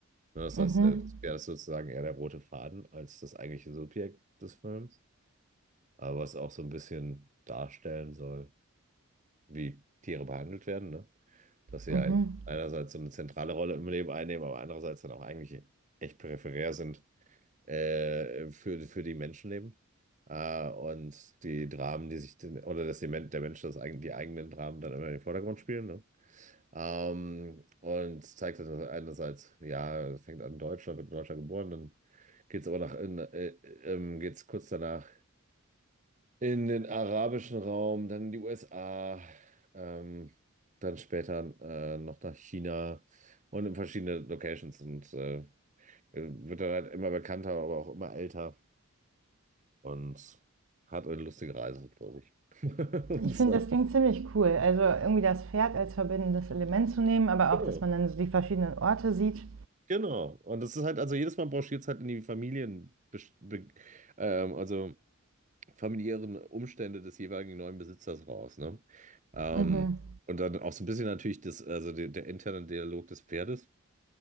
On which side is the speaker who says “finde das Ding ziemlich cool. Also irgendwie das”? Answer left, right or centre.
Right